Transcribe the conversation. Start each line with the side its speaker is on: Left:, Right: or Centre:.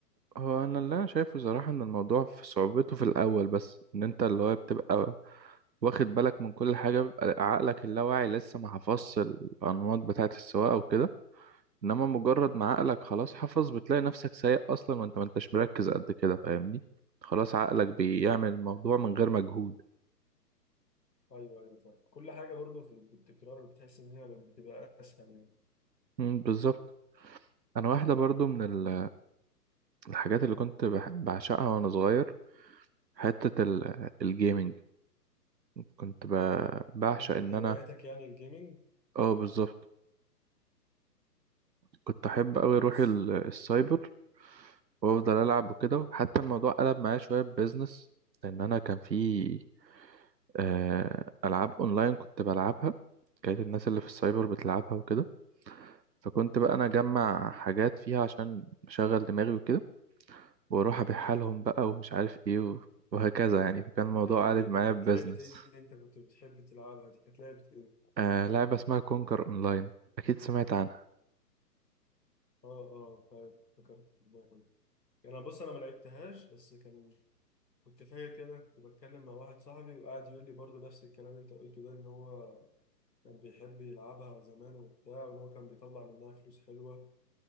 Right: هو انا اللي انا شايفه صراحة ان الموضوع في صعوبته في الاول بس ان انت اللي هو بتبقى واخد بالك من كل حاجة بيبقى عقلك اللاواعي لسه ما حفظش الانماط بتاعة السواقة وكده انما مجرد ما عقلك خلاص حفظ بتلاقي نفسك سايق اصلا وانت ما انتش مركز قد كده فاهمني خلاص عقلك بيعمل الموضوع من غير مجهود
Left: ايوه ايوه فاهم كل حاجه برضه في التكرار بتحس ان هي بتبقى اسهل يعني
Right: مم، بالظبط انا واحده برضو من ال- الحاجات اللي كنت بح- بعشقها وانا صغير حته ال- الجيمنج كنت ب- بعشق
Left: كانت من
Right: ان انا
Left: هواياتك يعني الجيمنج
Right: اه بالظبط كنت احب قوي اروح
Left: بص
Right: ال- السايبر وافضل العب وكده وحتى الموضوع قلب معايا شويه ببزنس لان انا كان في آه، ألعاب أونلاين كنت بلعبها كانت الناس اللي في السايبر بتلعبها وكده فكنت بقى أنا أجمع حاجات فيها عشان أشغل دماغي وكده وأروح أبيعها لهم بقى ومش عارف إيه و- وهكذا يعني فكان الموضوع
Left: ده
Right: قالب
Left: دي
Right: معايا
Left: كانت
Right: ببزنس
Left: لعبة ايه اللي انت كنت بتحب تلعبها دي كانت لعبة ايه؟
Right: آه لعبة اسمها كونكر أونلاين أكيد سمعت عنها
Left: اه اه فاهم افتكرت اللعبة دي انا بص انا ما لعبتهاش بس كان كنت فاكر كده كنت بتكلم مع واحد صاحبي وقعد يقول لي برضو نفس الكلام اللي انت قلته ده ان هو كان بيحب يلعبها زمان وبتاع وان هو كان بيطلع منها فلوس حلوة